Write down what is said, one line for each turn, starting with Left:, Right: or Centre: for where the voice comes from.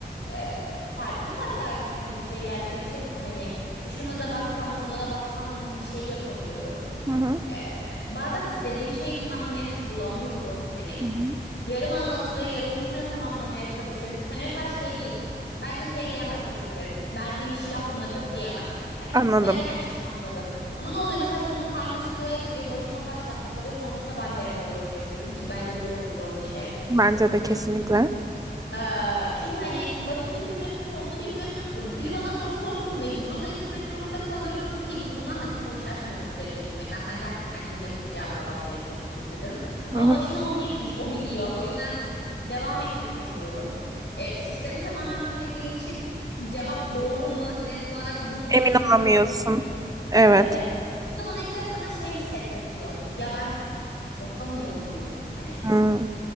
Left: E, farklı farklı her seferinde bir şey geldiği için hani işte şuna da baksam mı buna da baksam mı gibi bir şey yapamıyorum.
Right: Hı hı.
Left: Ee, bazen istediğim şeyi tam net bulamıyorum. Hani
Right: Hı hı.
Left: yarım anlatılıyor, yarımın üstüne tamamlamaya çalışıyorum. Hani mesela şey değil. Bence şey diyemez takım liderim. Verdiğim işi yapmadı diyemez. Hani
Right: Anladım.
Left: nerede her işi tamamladım. Ama ne oluyor mesela konu karmaşıklığa gidiyor. Başını o başlatmış oluyor. Sonrasında ben devralıyorum yapıyorum ki bence bu da çok zor bir şey.
Right: Bence de kesinlikle.
Left: Ee, çünkü hani başını bilmiyorsun, sonunu bilmiyorsun. Biri bana soru sordu, mecburuna gitmek zorunda kalıyorum ki bu durumdan da hiç hoşlaşmıyorum sürekli gitmekten. Sanki artık kendim yapıp cevaplamam gerekiyormuş gibi hissediyorum. Ama
Right: Hı hı.
Left: başına o girmiş, o biliyor. O yüzden devam ettirtemiyorum. Ee, sistemi tamamen bilmediğim için cevap doğru mu, net olarak bu mu
Right: Emin
Left: değil mi
Right: olamıyorsun.
Left: onu bilmiyorum.
Right: Evet.
Left: Evet. Bu da bana ister istemez şey hissettirtiyor. Ya ben yapamıyor muyum hani?
Right: Hı.